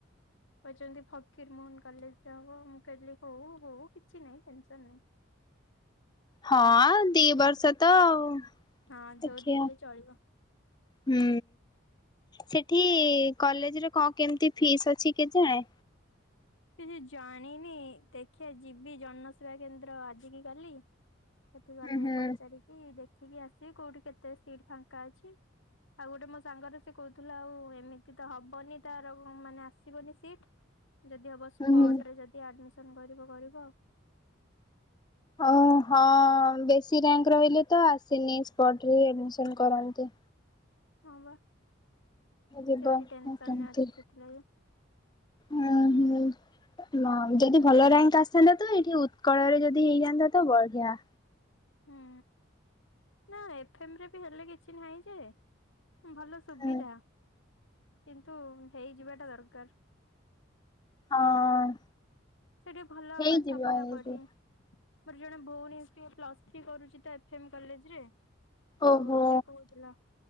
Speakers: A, on the left; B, on the left.
A: କହିଛନ୍ତି ଫ ଫକିରମୋହନ କଲେଜରେ ହବ ମୁଁ କହିଲି ହୋଉ ହୋଉ କିଛି ନାହିଁ ଟେନସନ ନାହିଁ।
B: ହଁ ଦିଇ ବର୍ଷ ତ ଆଉ
A: ହଁ ଯୋଉଠି
B: ଦେଖଆ।
A: ହେଲେ ଚଳିବ।
B: ହୁଁ ସେଠି କଲେଜରେ କଣ କେମିତି ଫିସ୍ ଅଛି କେ ଜାଣେ।
A: କିଛି ଜାଣିନି ଦେଖିବା ଯିବି ଜନସେବା କେନ୍ଦ୍ର ଆଜିକି କାଲି। ସେଠି ଗଲେ
B: ହୁଁ ହୁଁ
A: ପଚାରିକି ଦେଖିକି ଆସିବି କୋଉଠି କେତେ ସିଟ ଫାଙ୍କା ଅଛି। ଆଉ ଗୋଟେ ମୋ ସାଙ୍ଗରେ ସେ କହୁଥିଲା ଆଉ ଏମିତି ତ ହବନି ତାର ମାନେ ଆସିବନି ସିଟ। ଯଦି ହେବ ସ୍ପଟରେ
B: ହୁଁ ହୁଁ
A: ଯଦି ଆଡ଼ମିସନ୍ କରିବ କରିବ।
B: ଓ ହଁ ବେଶୀ ରିୟାଙ୍କ ରହିଲେ ତ ଆସେନି ସ୍ପଟ୍ ରେ ଆଡମିଶନ୍ କରନ୍ତି।
A: ହଁ ବା
B: ଯିବ
A: ସେ ଭାରୀ ଟେନସନ
B: କେମିତି
A: ଅଛି ସେଥିଲାଗି।
B: ହୁଁ ହୁଁ। ହ ଯଦି ଭଲ ରିୟାଙ୍କ ଆସିଥାନ୍ତା ତ ଏଇଠି ଉତ୍କଳରେ ଯଦି ହେଇଯାଆନ୍ତା ତ ବଢିଆ।
A: ହୁଁ ନା ଏଫ ଏମ ରେ ବି ହେଲେ କିଛି ନାହିଁ ଯେ ଭଲ ସୁବିଧା,
B: ହୁଁ
A: କିନ୍ତୁ ହେଇଯିବା ଟା ଦରକାର।
B: ହଁ ହଁ।
A: ସେଠି ଭଲ
B: ହେଇଯିବ
A: ପାଠ ପଢା
B: ହେଇଯିବ
A: ପଢି। ମୋର ଜଣେ ଭଉଣୀ ପ୍ଲସ ଥ୍ରୀ କରୁଛି ଏଫ୍‌ଏମ୍ କଲେଜ୍‌ରେ। ଆଉ
B: ଓହୋ।
A: ସେ କହୁଥିଲା।